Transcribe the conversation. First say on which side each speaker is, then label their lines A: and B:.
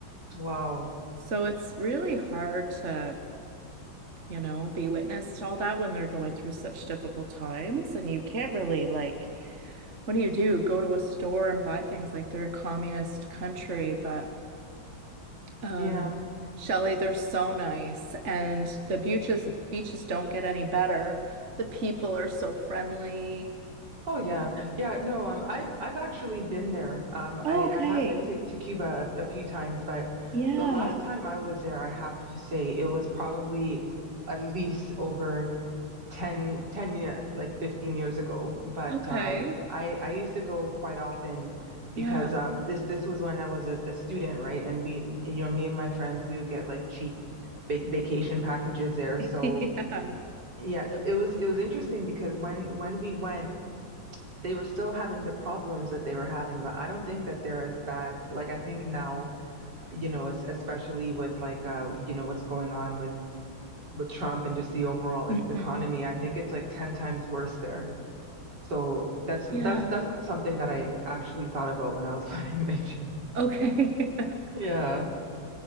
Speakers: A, on the right (about 55°); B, on the right (about 40°).
A: Wow.
B: So it's really hard to, you know, be witness to all that when they're going through such difficult times. And you can't really, like, what do you do? Go to a store and buy things like they're a communist country. But, um,
A: Yeah.
B: Shelley, they're so nice. And the beaches, beaches don't get any better. The people are so friendly.
A: Oh yeah. Yeah, no, um I've I've actually been there. Um
B: Oh,
A: I
B: okay.
A: I have been to to Cuba a, a few times, but
B: Yeah.
A: the last time I was there, I have to say it was probably at least over ten ten 10 like 15 years ago, but
B: Okay.
A: um I I used to go quite often because
B: Yeah.
A: um this this was when I was a, a student, right? And we you know me and my friends we would get like cheap va vacation packages there.
B: <laughs>
A: So
B: Yeah.
A: yeah, no, it was it was interesting because when when we went they were still having the problems that they were having, but I don't think that they're as bad. Like I think now, you know, especially with like uh, you know, what's going on with with Trump and just the overall
B: hmm
A: e- economy, I think it's like 10 times worse there. So that's that's
B: Yeah.
A: that's not something that I actually thought about when I was <laughs> planning my trip.
B: Okay. <laughs>
A: Yeah,